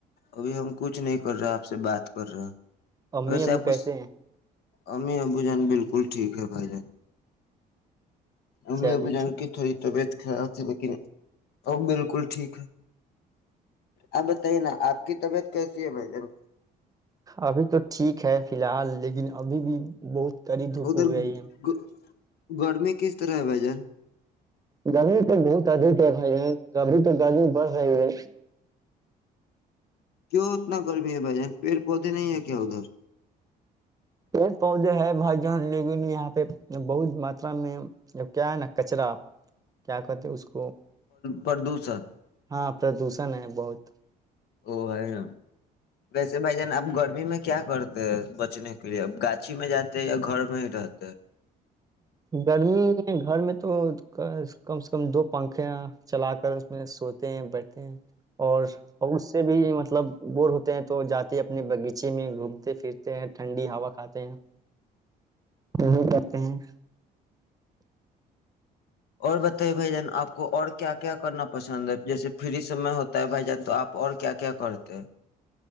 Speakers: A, on the left; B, on the right.
A: ابھی ہم کچھ نہیں کر رہے آپ سے بات کر رہے
B: امی
A: ویسے
B: ابو
A: آپ کو
B: کیسے ہیں
A: امی ابو جان بالکل ٹھیک ہے بھائی جان امی
B: چلیے
A: اب جان
B: ٹھیک
A: کی تھوڑی طبعت ہ میک ا بالکل ٹھیک ہے آپ بتائی نا آپ کی طبیعت کیسی ہے بھائی جن
B: ابھی تو ٹھیک ہے فی الحال لیکن ابھی بھی بہت کڑی دھوپ
A: ادھر
B: اگ رہی ہے
A: گ <unintelligible> گرمی کس طرح ہے بھائی جان
B: گمی تو بہت ادھ ہے بھائی یہ گبھی تو گی بڑ رہ
A: کیوں اتنا گرمی ہے بھائی جان پیڑ پودے نہیں ہے کیا ادھر
B: پیڑ پودے ہے بھائی جان لیکن یہاں پہ بہت ماتا میں کیا ہے نا کچرا کیا کہتے ہیں اس کو
A: پردوشن
B: ہاں پردوشن ہے بہت
A: وہ ہے ن ویسے بھائی جان اب گرمی میں کیا کرتے ہیں بچنے کے لیے اب گاچھی میں جاتے یا گھر میں ہی رہتے
B: گرمی گھر میں تو کم سے کم دو پنکھا چلا کر اس میں سوتے ہیں بیٹھتے ہیں اور اور اس سے بھی مطلب بور ہوتے ہیں تو جاتے ہیں اپنے باغیچے میں گھومتے پھرتے ہیں ٹھنڈی ہوا کھاتے ہیں وہ جاتے ہیں
A: اور بتائیے بھائی جان آپ کو اور کیا کیا کرنا پسند ہے جیسے فری سمے ہوتا ہے بھائی جان تو آپ اور کیا کیا کرتے ہیں